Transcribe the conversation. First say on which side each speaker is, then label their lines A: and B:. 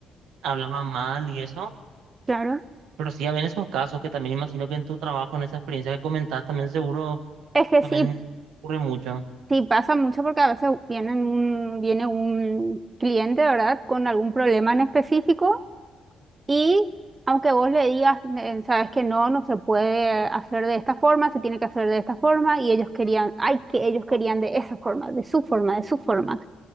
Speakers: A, on the right; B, on the right.
A: hablaba mal y eso,
B: claro.
A: pero sí habían esos casos que también imagino que en tu trabajo, en esa experiencia que comentaste, también seguro,
B: Es que
A: también
B: sí,
A: ocurre mucho.
B: sí pasa mucho porque a veces vienen un, viene un cliente, ¿verdad? Con algún problema en específico Y aunque vos le digas, eh, sabes que no, no se puede hacer de esta forma, se tiene que hacer de esta forma, y ellos querían, ay, que ellos querían de esa forma, de su forma, de su forma.